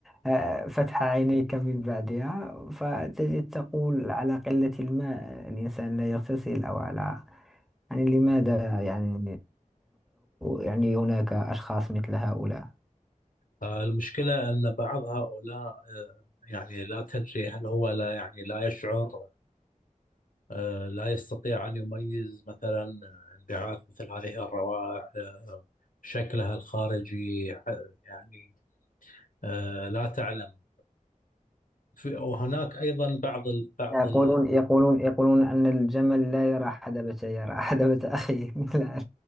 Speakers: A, in the centre; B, on the left.
A: آه، فتح عينيك من بعدها فتجد تقول على قلة الماء الإنسان لا يغتسل أو على يعني لماذا يعني يعني هناك أشخاص مثل هؤلاء
B: آه، المشكلة أن بعض هؤلاء آه، يعني لا تدري هل هو لا يعني لا يشعر آه، لا يستطيع أن يميز مثلا انبعاث مثل هذه الروائح آه، شكلها الخارجي ح- يعني آه، لا تعلم في- وهناك أيضا بعض ال بعض
A: يقولون
B: ال
A: يقولون يقولون أن الجمل لا يرى حدبة يرى حدبة أخيه <laughs> لا